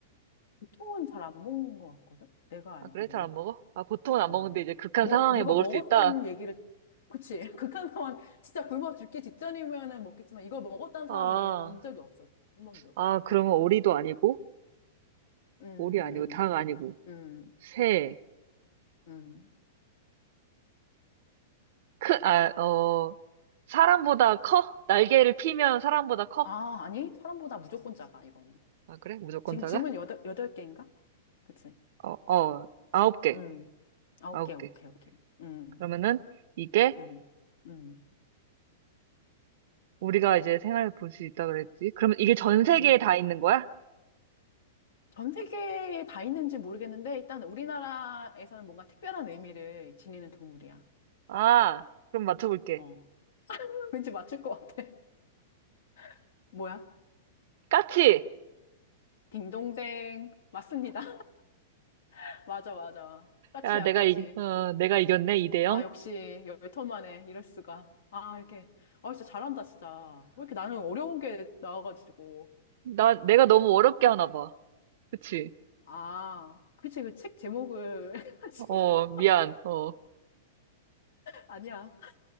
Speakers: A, on the left; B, on the right.
A: 보통은 잘 안 먹는 것 같거든? 내가 알기로는.
B: 아, 그래? 잘 안 먹어? 아, 보통은 안
A: 어.
B: 먹는데 이제 극한
A: 먹,
B: 상황에
A: 누가
B: 먹을
A: 먹었다는
B: 수 있다?
A: 얘기를, 그치. <laughs> 극한 상황, 진짜 굶어 죽기 직전이면은 먹겠지만, 이걸 먹었다는
B: 아,
A: 사람을 나는 본 적이 없어. 한 번도.
B: 아, 그러면 오리도 아니고,
A: 음,
B: 오리 아니고,
A: 음,
B: 닭 아니고,
A: 음,
B: 새,
A: 음.
B: 크, 아, 어, 사람보다 커? 날개를 피면 사람보다 커?
A: 아, 아니? 사람보다 무조건 작아, 이거는.
B: 아, 그래? 무조건
A: 지금
B: 작아?
A: 질문 여덟, 여덟 개인가? 그치.
B: 어, 어, 아홉 개.
A: 음. 아, 오케이,
B: 아홉
A: 오케이,
B: 개.
A: 오케이. 음,
B: 그러면은 이게
A: 음, 음,
B: 우리가 이제 생활을 볼 수 있다 그랬지. 그러면 이게 전 세계에
A: 음.
B: 다 있는 거야?
A: 전 세계에 다 있는지 모르겠는데 일단 우리나라에서는 뭔가 특별한 의미를 지니는 동물이야.
B: 아, 그럼 맞춰볼게.
A: 어. <laughs> 왠지 맞출 것 같아. <laughs> 뭐야?
B: 까치!
A: 딩동댕. 맞습니다. <laughs> 맞아, 맞아. 까치야,
B: 야, 내가
A: 까치.
B: 이, 어, 내가 이겼네, 2대
A: 아,
B: 0.
A: 역시 열턴 만에 이럴 수가. 아, 이렇게. 아, 진짜 잘한다, 진짜. 왜 이렇게 나는 어려운 게 나와가지고.
B: 나, 내가 너무 어렵게 하나 봐. 그치?
A: 아, 그치, 그 책 제목을 <laughs> 해가지고.
B: 어, 미안. 어,
A: 아니야.